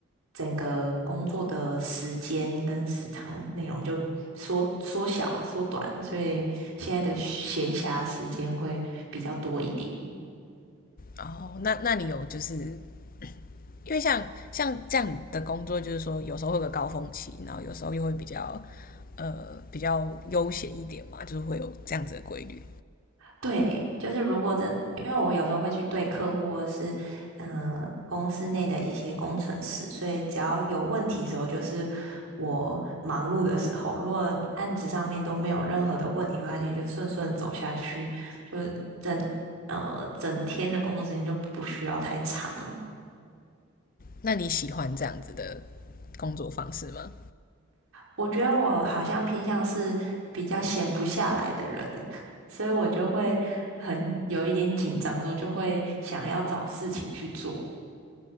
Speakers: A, on the right; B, on the left.
A: 整个工作的时间跟时长内容就缩缩小缩短，所以现在的闲暇时间会比较多一点。
B: 哦，那那你有就是因为像像这样的工作，就是说有时候会有个高峰期，然后有时候又会比较呃比较悠闲一点嘛，就是会有这样子的规律。
A: 对，就是如果真，因为我有时候会去对客户或者是嗯、呃公司内的一些工程师，所以只要有问题的时候，就是我忙碌的时候，如果案子上面都没有任何的问题的话，也就顺顺走下去，就是整呃整天的工作时间就不需要太长。
B: 那你喜欢这样子的工作方式吗？
A: 我觉得我好像偏向是比较闲不下来的人，<laughs> 所以我就会很有一点紧张之后，就会想要找事情去做。